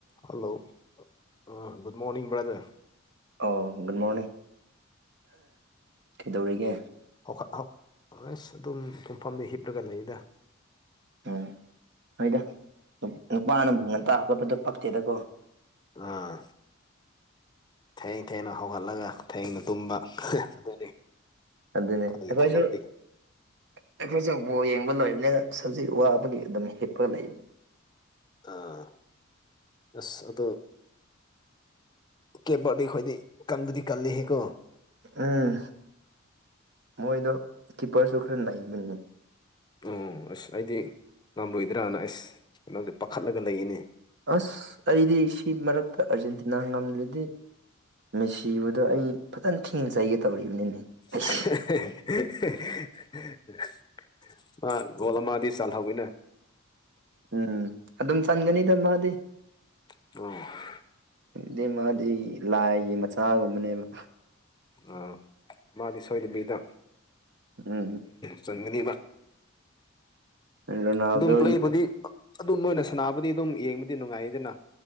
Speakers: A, on the left; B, on the right.
A: hello uh good morning brother
B: ꯑꯥꯎ good morning ꯀꯩꯗꯧꯔꯤꯒꯦ
A: ꯍꯧꯈꯠ ꯍꯧ ꯑꯁ ꯑꯗꯨꯝ ꯇꯨꯝꯐꯝꯗ ꯍꯤꯞꯂꯒ ꯂꯩꯗ
B: ꯎꯝ ꯍꯣꯏꯗ ꯅꯨ ꯅꯨꯄꯥꯅꯕꯨꯨ
A: ꯎꯝ
B: ꯉꯟꯇꯥ ꯍꯧꯒꯠꯄꯗꯣ ꯄꯛꯇꯦꯗꯀꯣ
A: ꯑꯥ ꯊꯦꯡ ꯊꯦꯡꯅ ꯍꯧꯒꯠꯂꯒ ꯊꯦꯡꯅ ꯇꯨꯝꯕ ꯑꯗꯨꯅꯤ
B: ꯑꯗꯨꯅꯦ
A: ꯃꯥꯒꯤ
B: ꯑꯩꯈꯣꯏꯁꯨ
A: ꯊꯕꯛꯇꯤ
B: ꯑꯩꯈꯣꯏꯁꯨ ꯕꯣꯜ ꯌꯦꯡꯕ ꯂꯣꯏꯕꯅꯤꯅ ꯁꯖꯤꯛ ꯋꯥꯕꯒꯤ ꯑꯗꯨꯝ ꯍꯤꯞꯄꯒ ꯂꯩꯕꯅꯤ
A: ꯑꯥ ꯑꯁ ꯑꯗꯣ ꯀꯦꯞ ꯕꯥꯔꯗꯦ ꯈꯣꯏꯗꯤ ꯀꯟꯕꯗꯤ ꯀꯜꯂꯦꯍꯦꯀꯣ
B: ꯎꯝ ꯃꯣꯏꯗꯣ ꯀꯤꯞꯄꯔꯁꯨ ꯈꯔ ꯅꯩꯕꯅꯤ
A: ꯎꯝ ꯑꯁ ꯑꯩꯗꯤ ꯉꯝꯂꯣꯏꯗ꯭ꯔꯥꯅ ꯑꯩꯁ ꯀꯩꯅꯣꯗꯤ ꯄꯥꯈꯠꯂꯒ ꯂꯩꯌꯦꯅꯦ
B: ꯑꯁ ꯑꯩꯗꯤ ꯁꯤ ꯃꯔꯛꯇ ꯑꯥꯔꯖꯦꯟꯇꯤꯅꯥ ꯉꯝꯗ꯭ꯔꯗꯤ ꯃꯦꯁꯤꯕꯗꯣ ꯑꯩ ꯐꯖꯅ ꯊꯤꯅ ꯆꯩꯒꯦ ꯇꯧꯔꯤꯕꯅꯤꯅꯦ
A: <unintelligible>
B: ꯑꯩꯁ
A: ꯃꯥ ꯒꯣꯜ ꯑꯃꯗꯤ ꯆꯜꯍꯧꯋꯤꯅꯦ
B: ꯎꯝ ꯑꯗꯨꯝ ꯆꯟꯒꯅꯤꯗ ꯃꯥꯗꯤ
A: <unintelligible>
B: ꯗꯣ ꯃꯥꯗꯤ ꯂꯥꯏꯒꯤ ꯃꯆꯥꯒꯨꯝꯕꯅꯦꯕ
A: ꯑ ꯃꯥꯗꯤ ꯁꯣꯏꯗꯕꯤꯗ
B: ꯎꯝ
A: ꯆꯟꯒꯅꯤꯕ
B: ꯔꯣꯅꯥꯜꯗꯣꯒꯤ
A: ꯑꯗꯨꯝ ꯄ꯭ꯂꯦꯕꯨꯗꯤ ꯑꯗꯨꯝ ꯃꯣꯏꯅ ꯁꯟꯅꯥꯕꯗꯤ ꯑꯗꯨꯝ ꯌꯦꯡꯕꯗꯤ ꯅꯨꯡꯉꯥꯏꯌꯦꯗꯅ